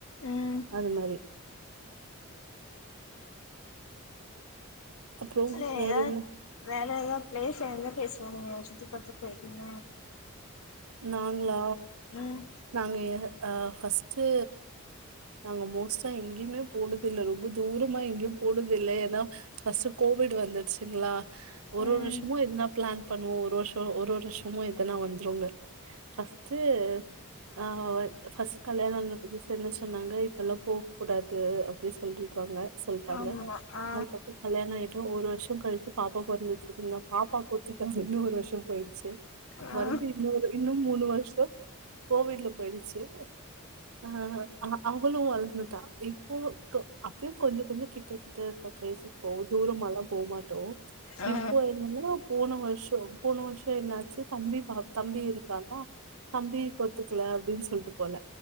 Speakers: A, on the left (about 75°); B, on the right (about 80°).
A: ம்
B: அது மாரி அப்றோ
A: செரி
B: வேற
A: ஏதாவது
B: என்ன
A: வேற ஏதாவது பிளேஸ் எந்த பிளேஸ் போனிங்க சுத்தி பாக்க போய்ட்டீங்க
B: நாங்களா
A: ம்
B: நாங்க அ ஃபஸ்ட்டு நாங்க மோஸ்டா எங்கயுமே போனதுல்ல ரொம்ப தூரமா எங்கயு போனதுல்ல ஏன்னா ஃபஸ்ட்டு கோவிட் வந்துடுச்சிங்களா ஒரு
A: ம்
B: ஒரு வர்ஷமும் எதனா பிளான் பண்ணுவோம் ஒரு வர்ஷம் ஒரு ஒரு வர்ஷமும் எதனா வந்துருங்க ஃபஸ்ட்டு அ ஃபஸ்ட்டு கல்யாண புதுசுல என்ன சொன்னாங்க இப்பல்லா போக்கூடாது அப்டியே சொல்லிறிகாங்க சொல்லிட்டாங்க
A: ஆமா ஆ
B: அதுகப்றோ கல்யாணம் ஆய்ட்டும் ஒரு வர்ஷம் கழிச்சு பாப்பா பொறந்துச்சுங்களா பாப்பாக்கு ஒத்துக்காதுனு ஒரு வர்ஷம் போயிருச்சு
A: ஆ
B: மறுபடி இன்னொரு இன்னும் மூணு வர்ஷம் கோவிட்ல போய்டுச்சு ஆ அவளும் வளந்துட்டா இப்போ அப்பயும் கொஞ்சோ கொஞ்சோ கிட்ட கிட்ட இருக்பிளேஸ் போவ தூரம் மலா போ மாட் டோ
A: ஆ
B: இப்போ என்னன்னா போன வர்ஷோ போன வர்ஷோ என்னாச்சு தம்பி பா தம்பி இருக் இதானா தம்பிக்கு ஒத்துக்கல அப்டின் சொல்ட்டு போல